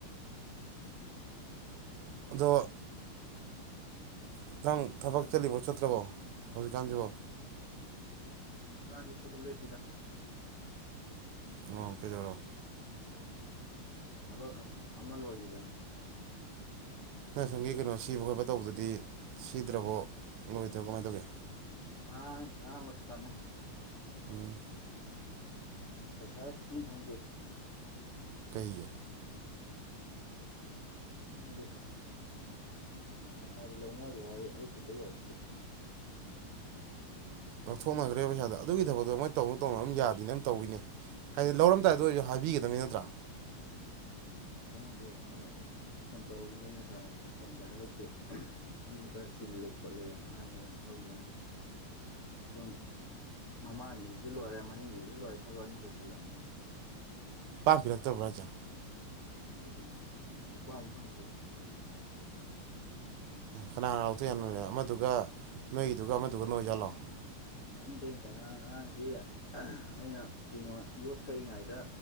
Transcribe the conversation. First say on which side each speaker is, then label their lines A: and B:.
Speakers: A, on the right; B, on the left.
A: ꯑꯗꯣ ꯈꯤꯇꯪ ꯊꯕꯛ
B: ꯎꯝ
A: ꯆꯠꯂꯤꯕꯣ ꯆꯠꯇ꯭ꯔꯕꯣ ꯍꯧꯖꯤꯛꯀꯥꯟꯁꯤꯕꯣ
B: ꯗꯨꯀꯥꯟꯁꯦ ꯊꯕꯛ ꯂꯦꯞꯄꯤꯗ
A: ꯅꯣ ꯀꯩꯗꯧꯔꯣ
B: ꯊꯕꯛ ꯑꯃ ꯂꯣꯏꯈꯤꯗꯅ
A: ꯅ ꯁꯪꯒꯤ ꯀꯩꯅꯣ ꯁꯤꯕ ꯈꯣꯠꯄ ꯇꯧꯕꯗꯨꯗꯤ ꯁꯤꯗ꯭ꯔꯕꯣ ꯅꯣꯏꯗꯣ ꯀꯃꯥꯏꯅ ꯇꯧꯒꯦ
B: ꯉꯔꯥꯡ ꯉꯔꯥꯡ ꯂꯁꯂꯃꯦ
A: ꯎꯝ
B: ꯄꯩꯁꯥꯁꯨ ꯁꯤꯀꯤꯃ ꯐꯪꯗꯦ
A: ꯀꯩꯒꯤ
B: ꯈꯪꯗꯦ ꯄꯩꯁꯥꯗꯤ ꯂꯧꯅꯈ꯭ꯔꯦ ꯍꯥꯏ ꯑꯩ ꯈꯨꯠꯇ ꯌꯧꯔꯛꯇꯦ
A: ꯂꯧꯊꯣꯛꯅꯈ꯭ꯔꯦ ꯄꯩꯁꯥꯗꯣ ꯑꯗꯨꯒꯤ ꯊꯕdgꯛꯇꯣ ꯃꯣꯏ ꯇꯧꯅꯨ ꯇꯧꯅꯨ ꯑꯗꯨꯝ ꯌꯥꯗꯦꯅ ꯑꯗꯨꯝ ꯇꯧꯏꯅꯦ ꯍꯥꯏꯗꯤ ꯂꯧꯔꯝꯗꯥꯏꯗꯣ ꯑꯣꯏꯁꯨ ꯍꯥꯏꯕꯤꯒꯗꯕꯅꯤ ꯅꯠꯇ꯭ꯔꯥ
B: ꯈꯪꯗꯦ ꯑꯩ ꯐꯣꯟ ꯇꯧꯕꯅꯦ ꯉꯁꯥꯏ ꯐꯣꯟ ꯄꯥꯏꯈꯠꯂꯛꯇꯦ ꯑꯩꯁꯨ ꯈꯔ ꯆꯤꯜꯂꯦ ꯈꯣꯠꯂꯦꯅ ꯍꯥꯏꯒꯦ ꯂꯧꯒꯦ ꯁꯣꯟ ꯃꯃꯥꯡꯒꯤꯗꯨꯁꯨ ꯂꯣꯏꯔꯦ ꯃꯅꯤꯡꯒꯤꯗꯨꯁꯨ ꯂꯣꯏꯔꯦ ꯊꯕꯛ ꯑꯅꯤ ꯂꯣꯏꯁꯤꯜꯂꯕꯅꯤ
A: ꯄꯥꯝꯕꯤꯔꯛꯇꯕ꯭ꯔꯥꯖꯥ
B: ꯑꯩ ꯂꯨꯄꯥꯃꯨ ꯐꯪꯗ꯭ꯔꯤ
A: ꯀꯅꯥ ꯍꯅꯥ ꯂꯥꯛꯇꯣꯏ ꯌꯥꯝ ꯅꯣꯏꯔꯦ ꯑꯃꯗꯨꯒ ꯅꯣꯏꯒꯤꯗꯨꯒ ꯑꯃꯗꯨꯒ ꯅꯣꯏꯖꯜꯂꯥꯛꯑꯣ
B: ꯈꯪꯗꯦ ꯑꯔꯥꯡ ꯉꯔꯥꯡꯗꯤ ꯑꯩꯅ ꯀꯩꯅꯣ ꯌꯣꯠ ꯀꯛꯏꯉꯩꯗ